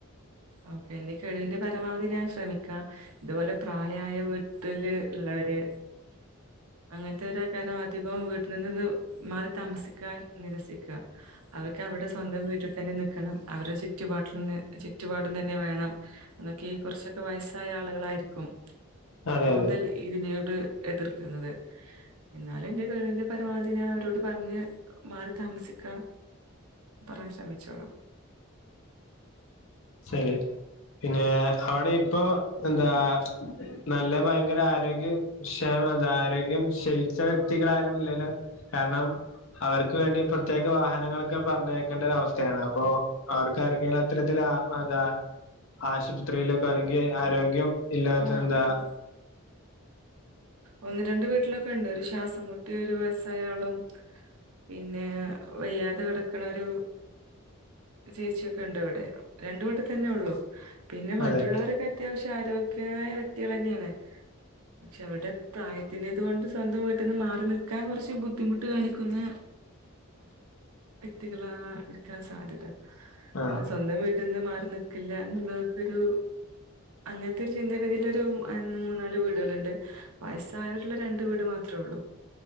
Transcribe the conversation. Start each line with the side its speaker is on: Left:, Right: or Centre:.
Right: ഓക്കെ എന്റെ കഴിവിന്റെ പരമാവധി ഞാൻ ശ്രമിക്കാം ഇതുപോലെ പ്രാ പ്രായായ വീട്ടില് ഉള്ളവര് അങ്ങനത്തെ ഒരാ കാരം അധിപ്പം വീട്ടിൽ നിന്ന് മാറി താമസിക്കാ നിരസിക്കുക അവർക്ക് അവരുടെ സ്വന്തം വീട്ടിൽ തന്നെ നിക്കണം ആ ഒരു ചുറ്റുപാട്ടിൽ നിന്ന് ച്ചു ചുറ്റുപാടും തന്നെ വേണം എന്നൊക്കെ കുറച്ചൊക്കെ വയസ്സായ ആളുകളായിരിക്കും
Left: അതെ
Right: കൂടുതൽ
Left: അതെ
Right: ഇതിനോട് എതിർക്കുന്നത് എന്നാലും എന്റെ കഴിവിന്റെ പരമാവധി ഞാ അവരോട് പറഞ്ഞ് മാറി താമസി ക്ക പറയാൻ ശ്രമിച്ചോളാം
Left: ശരി പിന്നെ അവിടെ ഇപ്പൊ എന്താ നല്ല ഭയങ്കര ആരോഗ്യ ക്ഷമത ആരോഗ്യം ക്ഷയിച്ച വ്യക്തികൾ ആരും ഇല്ലല്ലോ കാരണം അവർക്ക് വേണ്ടി പ്രത്യേക വാഹനങ്ങളൊക്കെ പറഞ്ഞയക്കേണ്ടര അവസ്ഥയാണ് അപ്പൊ അവർക്ക് ആര്ക്കെങ്കിലും അത്തരത്തില അതാ ആശുപത്രിയിലേക്കെ അല്ലെങ്കിൽ ആരോഗ്യം ഇല്ലാത്ത
Right: ആഹ്
Left: എന്താ
Right: ഒന്ന് ഒന്ന് രണ്ട് വീട്ടിലൊക്കെ ഉണ്ട് ഒരു ശ്വാസം മുട്ടി ഒരു വയസ്സായാളും പിന്നെ വയ്യാതെ കിടക്കണ ഒരു ചേച്ചിയൊക്കെ ഉണ്ട് ഇവിടെ രണ്ട്‌ വട്ടം തന്നെ ഉള്ളൂ പിന്നെ മറ്റുള്ളവരൊക്കെ
Left: അതെ
Right: അത്യാവശ്യം ആരോഗ്യമായ വ്യക്തികൾ തന്നെയാണ് പക്ഷെ അവിടെ പ്രായത്തിന്റേത് കൊണ്ട് സ്വന്തംമായിട്ടൊന്ന് മാറി നിക്കാൻ കുറച്ച് ബുദ്ധിമുട്ട് കാണിക്കുന്ന
Left: <inaudible>
Right: വ്യക്തികള ഇക്കാൻ സാധ്യത
Left: ആ
Right: അന സ്വന്തം വീ ഇന്ന് മാറി നിക്കില്ല എന്നുള്ള ഒരു അങ്ങനത്തെ ഒരു ചിന്താഗതിയിലൊരു മൂന്നാല് വീടുകളുണ്ട് വയസ്സായവരുള്ള രണ്ട് വീട് മാത്രം ഉള്ളൂ